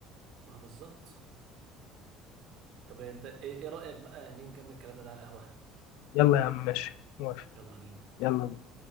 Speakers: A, on the right; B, on the left.
A: ما هو بالظبط طب انت ايه إيه رايك بقى يعني نكمل كلامنا ده على القهوه
B: يلا يا عم ماشي موافق
A: يلا بينا
B: يلا بينا.